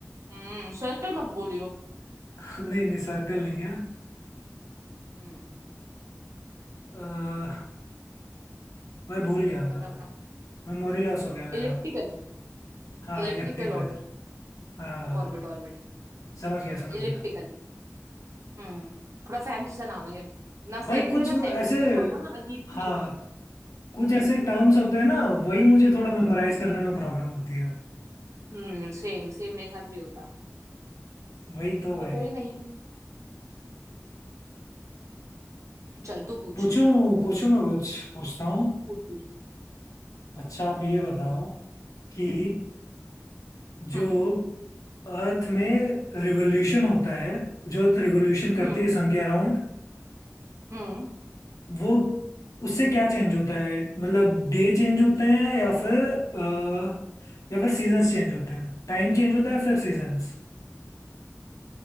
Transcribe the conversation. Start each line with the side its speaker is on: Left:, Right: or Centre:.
Right: हम्म सर्कल मत बोलियो
Left: <laughs> नहीं नहीं सर्कल नहीं है
Right: हम्म
Left: आ, मैं भूल गया मैं
Right: बता बता
Left: मेमोरी लॉस हो गया मेरा
Right: Elliptical
Left: हाँ
Right: Elliptical
Left: इलिप्टिकल
Right: order
Left: हाँ
Right: Orbit orbit
Left: समझ गया
Right: हम्म
Left: समझ
Right: इलिप्टिकल
Left: गया
Right: हम्म थोड़ा फैंसी सा नाम है ये ना
Left: भाई
Right: सर्कल
Left: कुछ
Right: है ना सेमी
Left: ऐसे
Right: सर्कल थोड़ा सा ना अजीब सी
Left: हाँ
Right: shape
Left: कुछ ऐसे टर्म्स होते हैं ना वही मुझे थोड़ा मेमोराइज करने में प्रॉब्लम होती है
Right: हम्म सेम सेम मेरे साथ भी होता
Left: वही तो भाई
Right: पर कोई नहीं चल तू पूछ
Left: पूछूं पूछूं मैं कुछ पूछता
Right: हम्म
Left: हूँ
Right: पूछ पूछ
Left: अच्छा आप ये बताओ कि जो
Right: हम्म
Left: अर्थ में रिवोल्यूशन होता है जो अर्थ रिवोल्यूशन करती
Right: हम्म
Left: है सन के अराउंड
Right: हम्म
Left: वो उससे क्या चेंज होता है मतलब डे चेंज होते हैं या फिर अ, या फिर सीजन्स चेंज होते हैं टाइम चेंज होता है फिर सीजन्स